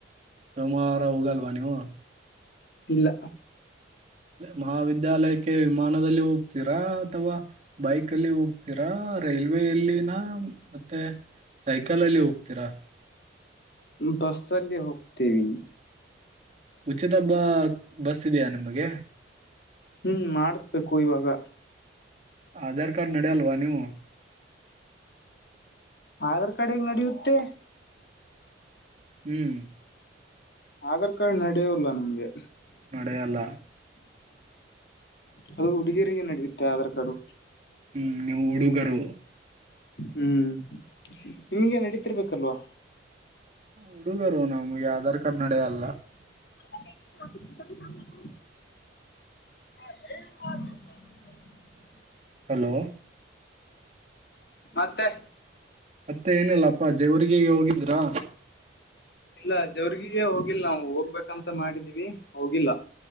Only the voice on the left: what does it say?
ಇಲ್ಲ
ಬಸ್ ಅಲ್ಲಿ ಹೋಗ್ತೇವಿ
ಹ್ಮ್ ಮಾಡಿಸ್ಬೇಕು ಇವಾಗ
ಆಧಾರ್ ಕಾರ್ಡ್ ಹೇಗ್ ನೆಡಿಯುತ್ತೆ
ಆಧಾರ್ ಕಾರ್ಡ್ ನಡೆಯೋಲ್ಲ ನಮ್ಗೆ
ಅದು ಹುಡುಗಿಯರಿಗೆ ನಡೆಯುತ್ತೆ ಆಧಾರ್ ಕಾರ್ಡು
ಹ್ಮ್ ನಿಮಗೆ ನಡೀತಿರ್ಬೇಕಲ್ವಾ
<inaudible> <inaudible>
ಮತ್ತೆ.
ಇಲ್ಲ ಜವರ್ಗಿಗೆ ಹೋಗಿಲ್ಲ ನಾವು ಹೋಗ್ಬೇಕಂತ ಮಾಡಿದೀನೀ ಹೋಗಿಲ್ಲ.